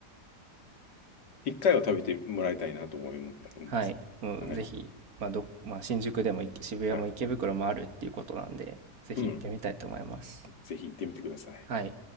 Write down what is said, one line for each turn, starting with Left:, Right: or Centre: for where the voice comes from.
Left: 一回は食べてもらいたいなと思い思います。
Right: はい。もうぜひ、
Left: はい。
Right: まあどっ、まあ新宿でもい渋谷も池袋もあるっていうことなんで、
Left: はい。
Right: ぜひ行ってみたいと思います。
Left: うん。ぜひ行ってみてください。
Right: はい。